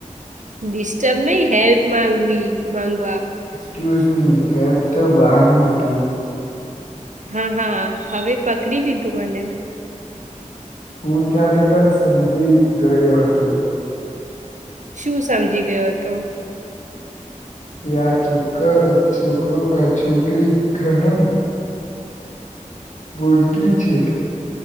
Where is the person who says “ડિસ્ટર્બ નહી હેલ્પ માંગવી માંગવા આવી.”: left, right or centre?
Right